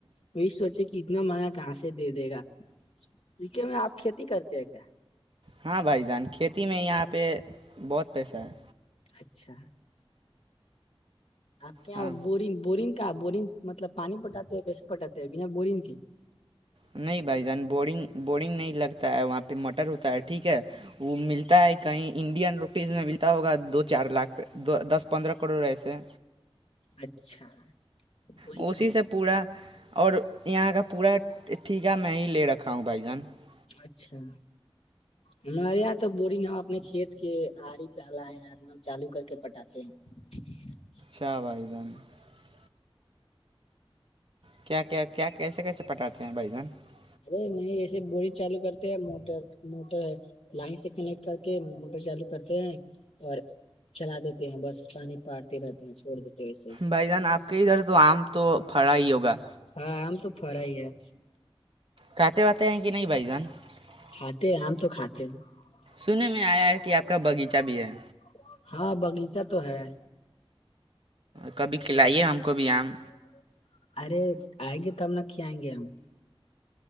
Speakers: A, on the left (about 80°); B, on the right (about 60°).
A: یہی سوچے کی اتنا منا کہاں سے دے دے گا وک میں آپ کھیتی کرتے ہیں کیا
B: ہاں بھائی جان کھیتی میں یہاں پہ بہت پیسہ ہے
A: اچھا آپ کیا
B: ہاں
A: بورنگ بورنگ کیا بورنگ مطلب پانی پٹاتے ہیں کیسے پٹاتے ہیں بنا بورنگ کے <unintelligible>
B: نہیں بھائی جان بورنگ بورنگ نہیں لگتا ہے وہاں پہ <unintelligible> تو مٹر ہوتا ہے ٹھیک ہے <unintelligible> ہے کہیں انڈین روپیز میں ملتا ہوگا دو چار لاکھ دس پندرہ کروڑ ایسے
A: اچھا <inaudible> وہی
B: اسی
A: کہوں
B: سے پورا اور یہاں کا پورا ٹھیکا میں ہی لے رکھا ہوں بھائی جان <unintelligible>
A: اچھا ہمارے یہاں تو بوروری ن ہم اپنے کھیت کے آڑی پہ ہلائے ہیں ن ہم چالو کر کے پٹاتے ہیں <unintelligible>
B: شاہ بائی جان <unintelligible> کیا کیا کیا کیسے کیسے پٹاتے ہیں بھ جان <unintelligible>
A: ارے نہیں ایسے بورنگ چالو کرتے ہیں موٹر موٹر لائن سے کنیکٹ کر کے موٹر چالو کرتے ہیں اور چلا دیتے ہیں بس پانی پارتے رہتے ہیں چھوڑ دیتے <unintelligible>
B: بھائی جان آپ کے ادھر تو آم تو پڑا ہی ہوگا
A: ہاں <inaudible> تو فرا ہی ہے <unintelligible>
B: کہتے وے ہیں کہ نہیں بھائی جان <unintelligible>
A: کھاتے ہمم تو کھاتے ہیں <unintelligible>
B: سننے میں آیا ہے کہ آپ کا باغیچہ بھی ہے
A: <inaudible> ہاں باغیچہ تو ہے <unintelligible>
B: کبھی <inaudible>
A: یہ
B: ہم
A: ہو
B: کو بھی آم
A: <inaudible> ارے آئیں گے تب نہ ک آئیں گے ہم <unintelligible>